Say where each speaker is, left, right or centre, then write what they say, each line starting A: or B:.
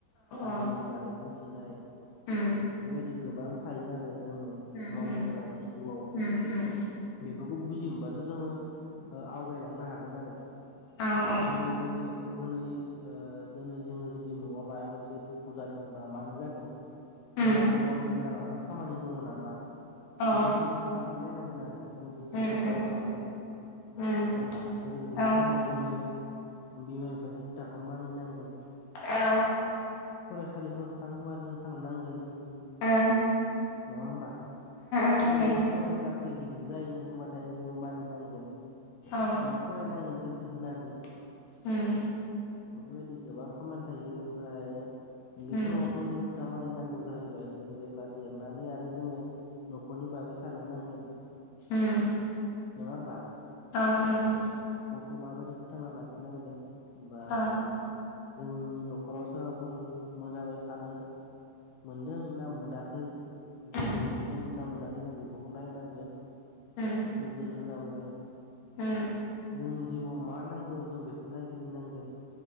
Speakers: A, on the left; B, on the left.
A: हारिनि
B: औ
A: बागै बुजिनाय
B: उम
A: बेबायदि गोबां थायो आरो जोङो
B: उम
A: मावनो
B: उम
A: गोनां जिउआव।
B: उम उम
A: बेफोरखौ बुजियो मोनबासो जोङो ओ आवगायलांनो हागोन आरो।
B: औ औ
A: दिनै जोङो ओिनै ओ दोनै जोङो जुदि न'आव माबा मोनसे दुखु जादों बा मानो जादों
B: उम
A: जोंहा मावनो गोनां माबाफोर खामानि दङ नामा
B: औ
A: बिदि जों साननानै नायनांगोन आरो। जों बिदिनो
B: उम
A: जों
B: उम
A: दावगालांनांगोन ।नङा
B: उम
A: होमबा? जेरै उन्दै
B: औ
A: समाव जोङो बिमा बिफानि खोथाखौ मानिनांगोन।
B: औ।
A: फरायसालिफोराव थां होनबा जों थांनांगोन।
B: ओं।
A: नङा होमबा?
B: नंगौ
A: फराय फरायब्लासो गिदिर जायो होनबाथाय जोंङो मानिनांगोन।
B: औ
A: जों फरायनांगोन गोसो होनानै।
B: उम।
A: बेफोरबायदि गोबां खामानि थायो ओमफ्राय उन्दै
B: उम
A: समावथ' जों खोथा मानिनांगो जाहैबाय जों जेब्ला देरनानै आरो जोङो नख'रनि बागै साननो नांगोन।
B: उम।
A: नोङा होमबा?
B: औ नंगौ।
A: खौ माबायदि फोथांना लाखिनांगोन बा
B: औ
A: जोंनि नख' राव सोरबाफोर मोजाङै थानो मोनदों ना मोनाखै गोजोन
B: उम
A: मोनदों ना मोनाखै जों बेफोरखौ नायनांगोन
B: उम
A: नोजोर होनांगोन।
B: उम।
A: जोंनि जिउआव मा नांगौ जों बेखौ नायग्रोनांगोन।